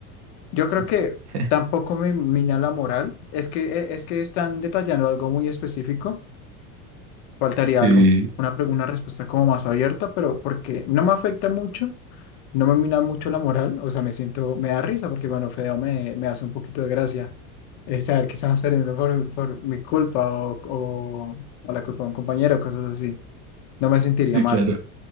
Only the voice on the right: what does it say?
<laughs>
Eh,
sí,
claro,